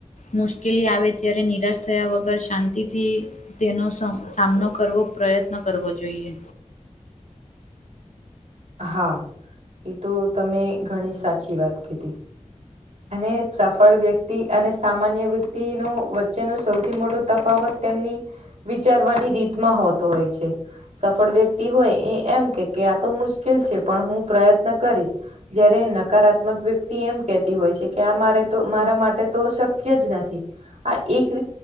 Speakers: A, on the left; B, on the right.
A: મુશ્કેલી આવે ત્યારે નિરાશ થયા વગર શાંતિથી તેનો. સામનો કરવો પ્રયત્ન કરવો જોઈએ.
B: હા એ તો તમે ઘણી સાચી વાત કીધી. અને સફળ વ્યક્તિ અને સામાન્ય વ્યક્તિનો વચ્ચેનો સૌથી મોટો તફાવત તેમની. વિચારવાની રીતમાં હોતો હોય છે. સફળ વ્યક્તિ હોય એ એમ કે કે આ તો મુશ્કેલ છે. પણ હું પ્રયત્ન કરીશ. જયારે નકારાત્મક વ્યક્તિ એમ કેતી હોય છે. કે આ મારે મારા માટે તો શક્ય જ નથી. આ એક